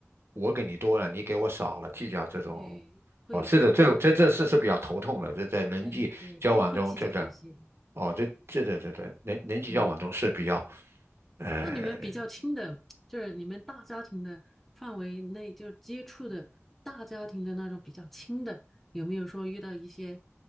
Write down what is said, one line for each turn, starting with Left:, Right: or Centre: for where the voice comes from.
Right: 我给你多了，你给我少了，计较这种，
Centre: 对，会，
Right: 哦，是的，这这这事是比较头痛的，
Centre: 对，
Right: 这在人际交往中，
Centre: 哎，对，他们会计较这些，
Right: 这个哦，这这这这这人人际交往中是比较
Centre: 嗯。
Right: 呃
Centre: 那你们比较亲的，就是你们大家庭的范围内，就是接触的大家庭的那种比较亲的，有没有说遇到一些，